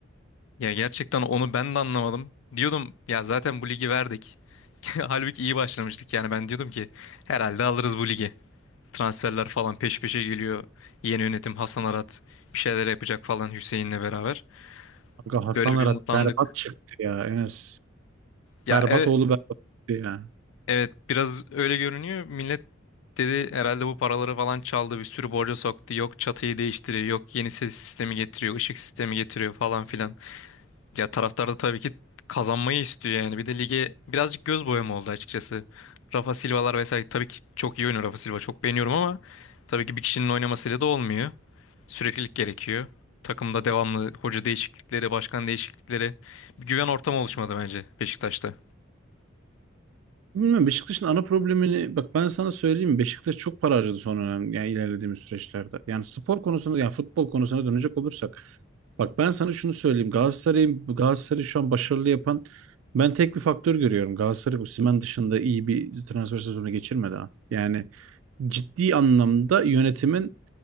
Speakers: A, on the left (about 80°); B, on the right (about 85°).
A: Ya gerçekten onu ben de anlamadım. Diyordum ya zaten bu ligi verdik. <laughs> Halbuki iyi başlamıştık yani ben diyordum ki herhalde alırız bu ligi. Transferler falan peş peşe geliyor. Yeni yönetim Hasan Arat bir şeyler yapacak falan Hüseyin'le beraber.
B: Kanka Hasan
A: Böyle
B: Arat
A: bir umutlandık.
B: berbat çıktı ya Enes.
A: Ya
B: Berbat
A: evet,
B: oğlu berbat çıktı ya.
A: Evet biraz öyle görünüyor. Millet dedi herhalde bu paraları falan çaldı bir sürü borca soktu. Yok çatıyı değiştiriyor yok yeni ses sistemi getiriyor ışık sistemi getiriyor falan filan. Ya taraftar da tabii ki kazanmayı istiyor yani. Bir de lige birazcık göz boyama oldu açıkçası. Rafa Silva'lar vesaire tabii ki çok iyi oynuyor Rafa Silva çok beğeniyorum ama tabii ki bir kişinin oynamasıyla da olmuyor. Süreklilik gerekiyor. Takımda devamlı hoca değişiklikleri, başkan değişiklikleri bir güven ortamı oluşmadı bence Beşiktaş'ta.
B: Bilmiyorum Beşiktaş'ın ana problemini bak ben sana söyleyeyim mi? Beşiktaş çok para harcadı son dönem yani ilerlediğimiz süreçlerde. Yani spor konusunda yani futbol konusuna dönecek olursak bak ben sana şunu söyleyeyim Galatasaray'ın Galatasaray'ı şu an başarılı yapan ben tek bir faktör görüyorum. Galatasaray bu Osimhen dışında iyi bir transfer sezonu geçirmedi ha. Yani ciddi anlamda yönetimin